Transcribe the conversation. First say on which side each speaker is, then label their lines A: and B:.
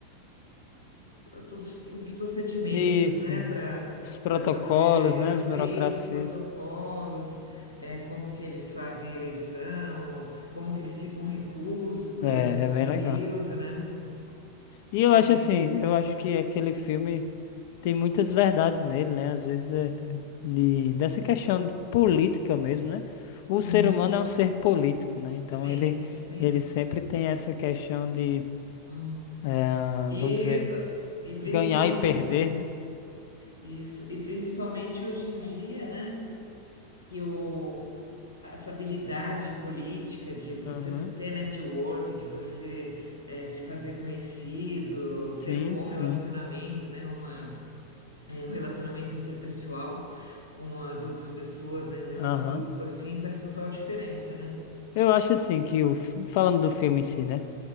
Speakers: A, on the left (about 80°); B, on the left (about 50°).
A: eh, todos os procedimentos,
B: isso.
A: né, para
B: Os protocolos,
A: para fazer ele-
B: né?
A: é, os,
B: As
A: pro-
B: burocracias.
A: isso, os protocolos, é, como que eles fazem a eleição, como que eles ficam reclusos durante
B: É,
A: esse
B: é bem
A: período,
B: legal.
A: né?
B: E
A: Achei
B: eu acho
A: bem
B: assim, eu
A: interessante.
B: acho que aquele filme tem muitas verdades nele, né? Às vezes é, é de, dessa questão de política mesmo, né? O
A: Uhum,
B: ser humano é um ser político, né? Então
A: Sim,
B: ele,
A: sim.
B: ele sempre tem essa questão de,
A: Uhum.
B: eh,
A: E,
B: vamos dizer,
A: e principalmente
B: ganhar e perder, né?
A: isso, e principalmente hoje em dia, né? Que o, essa habilidade política de você
B: Aham.
A: ter network, de você eh, se fazer conhecido,
B: Sim,
A: ter um bom
B: sim.
A: relacionamento, né? Uma, eh, o relacionamento interpessoal com as outras pessoas, né? né,
B: Aham.
A: Um grupo assim faz total diferença, né?
B: Eu acho assim que o, f- falando do filme em si, né?